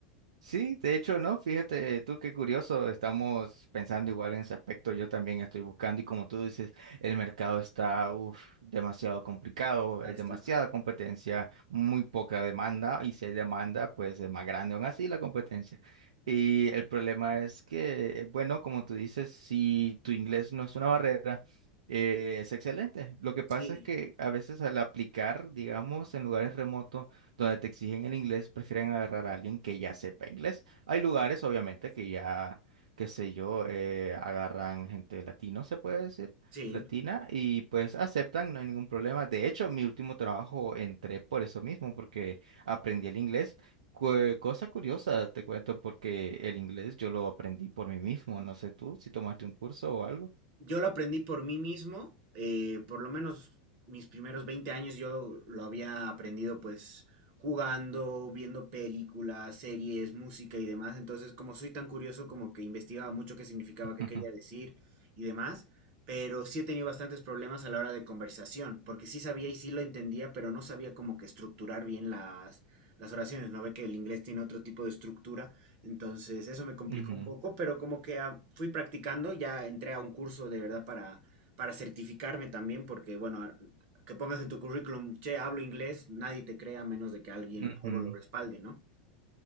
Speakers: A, on the right; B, on the right.
A: Sí, de hecho, no, fíjate tú qué curioso, estamos pensando igual en ese aspecto, yo también estoy buscando y como tú dices, el mercado está uf, demasiado complicado,
B: Ahí
A: hay
B: está.
A: demasiada competencia, muy poca demanda y si hay demanda, pues es más grande aún así la competencia. Y el problema es que, bueno, como tú dices, si tu inglés no es una barrera, eh, es excelente. Lo que pasa
B: Sí,
A: es que a veces al aplicar, digamos, en lugares remotos, donde te exigen el inglés, prefieren agarrar a alguien que ya sepa inglés. Hay lugares, obviamente, que ya, qué sé yo, eh, agarran gente latino, se puede decir,
B: sí.
A: latina, y pues aceptan, no hay ningún problema. De hecho, mi último trabajo entré por eso mismo, porque aprendí el inglés. Cue- cosa curiosa, te cuento, porque el inglés yo lo aprendí por mí mismo. No sé tú si tomaste un curso o algo.
B: Yo lo aprendí por mí mismo, eh, por lo menos mis primeros 20 años yo lo había aprendido pues jugando, viendo películas, series, música y demás. Entonces, como soy tan curioso, como que investigaba mucho qué significaba,
A: <laughs>
B: qué quería decir y demás. Pero sí he tenido bastantes problemas a la hora de conversación, porque sí sabía y sí lo entendía, pero no sabía como que estructurar bien las, las oraciones. No ve que el inglés tiene otro tipo de estructura entonces, eso me complicó
A: Ujú,
B: un poco, pero como que ah, fui practicando, ya entré a un curso de verdad para, para certificarme también, porque bueno, a- que pongas en tu currículum, che, hablo inglés, nadie te crea a menos de que alguien
A: ujú,
B: algo lo respalde, ¿no?